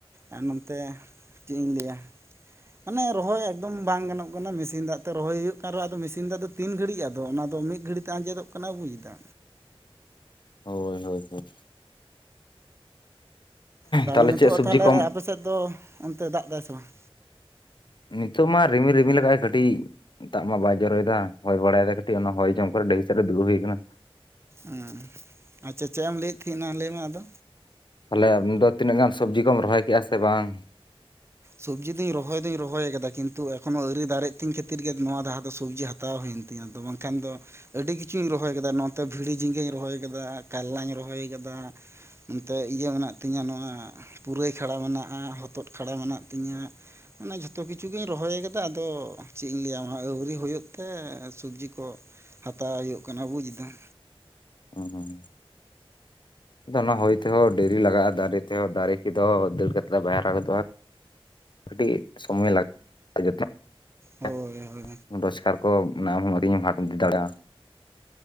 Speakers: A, on the right; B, on the left.
A: ᱟᱨ ᱱᱚᱱᱛᱮ ᱪᱮᱫ ᱤᱧ ᱞᱮᱭᱟ ᱢᱟᱱᱮ ᱨᱚᱦᱚᱭ ᱮᱠᱫᱚᱢ ᱵᱟᱝ ᱜᱟᱱᱚᱜ ᱠᱟᱱᱟ ᱢᱮᱥᱤᱱ ᱫᱟᱜ ᱛᱮ ᱨᱚᱦᱚᱭ ᱦᱩᱭᱩᱜ ᱠᱟᱱ ᱨᱮᱦᱚᱸ ᱟᱫᱚ ᱢᱮᱥᱤᱱ ᱫᱟᱜ ᱫᱚ ᱛᱤᱱ ᱜᱷᱟᱹᱲᱤᱡ ᱟᱫᱚ ᱚᱱᱟᱫᱚ ᱢᱤᱫ ᱜᱷᱟᱹᱲᱤᱜ ᱫᱟ ᱟᱸᱡᱮᱫᱚᱜ ᱠᱟᱱᱟ ᱧᱩᱭ ᱫᱟ
B: ᱦᱳᱭ ᱦᱳᱭ ᱦᱳ ᱾
A: ᱛᱟᱦᱞᱮ
B: ᱛᱟᱦᱚᱞᱮ
A: ᱱᱤᱛᱳᱜᱼᱟ
B: ᱪᱮᱫ ᱥᱚᱵᱽᱡᱤ
A: ᱛᱟᱦᱞᱮ
B: ᱠᱚᱢ
A: ᱟᱯᱮ ᱥᱮᱫ ᱫᱚ ᱚᱱᱛᱮ ᱫᱟᱜ ᱫᱟᱭ ᱥᱮ ᱵᱟᱝ?
B: ᱱᱤᱛᱚᱜ ᱢᱟ ᱨᱤᱢᱤᱞ ᱨᱤᱢᱤᱞ ᱠᱟᱜᱟᱭ ᱠᱟᱹᱴᱤᱜ ᱫᱟᱜ ᱢᱟ ᱵᱟᱭ ᱡᱚᱨᱚᱭᱫᱟ ᱦᱚᱭ ᱵᱟᱲᱟᱭᱮᱫᱟ ᱠᱟ ᱠᱟᱹᱴᱤᱜ ᱚᱱᱟ ᱦᱚᱭ ᱡᱚᱢ ᱠᱚᱨᱮ ᱰᱟᱹᱦᱤ ᱥᱮᱜ ᱨᱮ ᱫᱩᱲᱩᱵ ᱦᱩᱭ ᱠᱟᱱᱟ ᱾
A: ᱩᱸ ᱟᱪᱪᱷᱟ ᱪᱮᱜ ᱮᱢ ᱞᱮᱹᱭᱮᱫ ᱛᱟᱦᱤᱫ ᱞᱮᱹᱭ ᱢᱮ ᱟᱫᱚ
B: ᱛᱟᱦᱞᱮ ᱟᱢᱫᱚ ᱛᱤᱱᱟᱹᱜ ᱜᱟᱱ ᱥᱚᱵᱡᱤ ᱠᱚᱢ ᱨᱚᱦᱚᱭ ᱠᱮᱫᱟ ᱥᱮ ᱵᱟᱝ?
A: ᱥᱚᱵᱽᱡᱤ ᱫᱩᱧ ᱨᱚᱦᱚᱭ ᱫᱩᱧ ᱨᱚᱦᱚᱭ ᱠᱟᱫᱟ ᱠᱤᱱᱛᱩ ᱮᱠᱷᱚᱱᱚ ᱟᱹᱣᱨᱤ ᱫᱟᱨᱮᱜ ᱛᱤᱧ ᱠᱷᱟᱹᱛᱤᱨ ᱜᱮ ᱱᱚᱣᱟ ᱞᱟᱦᱟ ᱫᱚ ᱥᱚᱵᱽᱡᱤ ᱦᱟᱛᱟᱣ ᱦᱩᱭᱮᱱᱼᱼ ᱛᱤ ᱟᱫᱚ ᱵᱟᱝᱠᱷᱟᱱ ᱫᱚᱼᱼ ᱟᱹᱰᱤ ᱠᱤᱪᱷᱩᱧ ᱨᱚᱦᱚᱭ ᱠᱟᱫᱟ ᱱᱚᱛᱮ ᱵᱷᱤᱲᱤ ᱡᱷᱤᱸᱜᱟᱹᱧ ᱨᱚᱦᱚᱭ ᱠᱟᱫᱟ ᱠᱟᱞᱞᱟᱧ ᱨᱚᱦᱚᱭ ᱠᱟᱫᱟ᱾ ᱚᱱᱛᱮ ᱤᱭᱟᱹ ᱢᱮᱱᱟᱜ ᱛᱤᱧᱟᱹ ᱱᱚᱣᱟ ᱯᱩᱨᱟᱹᱭ ᱠᱷᱟᱰᱟ ᱢᱮᱱᱟᱜ-ᱟ ᱦᱚᱛᱚᱫ ᱠᱷᱟᱰᱟ ᱢᱮᱱᱟᱜ ᱛᱤᱧᱟᱹᱜ ᱢᱟᱱᱮ ᱡᱚᱛᱚ ᱠᱤᱪᱷᱩ ᱜᱤᱧ ᱨᱚᱦᱚᱭ ᱠᱟᱫᱟ ᱟᱫᱚ ᱪᱮᱜ ᱤᱧ ᱞᱟᱹᱭᱟ ᱢᱟ ᱟᱹᱣᱨᱤ ᱦᱩᱭᱩᱜ ᱛᱮ ᱮ ᱥᱩᱵᱽᱡᱤ ᱠᱚᱼᱼ ᱦᱟᱛᱟᱣ ᱦᱩᱭᱩᱜ ᱠᱟᱱᱟ ᱵᱩᱡᱽ ᱫᱟᱢ᱾
B: ᱚ ᱦᱩᱸ ᱟᱫᱚ ᱚᱱᱟ ᱦᱚᱭ ᱛᱮᱦᱚᱸ ᱰᱮᱨᱤ ᱞᱟᱜᱟᱜ-ᱟ ᱫᱟᱨᱮᱼᱼ ᱛᱮᱦᱚᱸ ᱫᱟᱨᱮ ᱠᱮᱫᱚ ᱫᱟᱹᱲ ᱠᱟᱛᱮᱜ ᱵᱟᱭ ᱦᱟᱨᱟ ᱜᱚᱫᱚᱜ-ᱟ ᱠᱟᱹᱴᱤᱡ ᱥᱚᱢᱚᱭ ᱞᱟᱼᱼ ᱛᱮᱡᱚ ᱛᱮ <unintelligible>
A: ᱦᱳᱭ ᱦᱳᱭ
B: ᱨᱳᱡᱽᱠᱟᱨ ᱠᱚ ᱱᱟᱢ ‌ᱟᱹᱰᱤ ᱢᱮᱢᱟ ᱦᱟ ᱫᱟᱲᱮᱜ-ᱟ᱾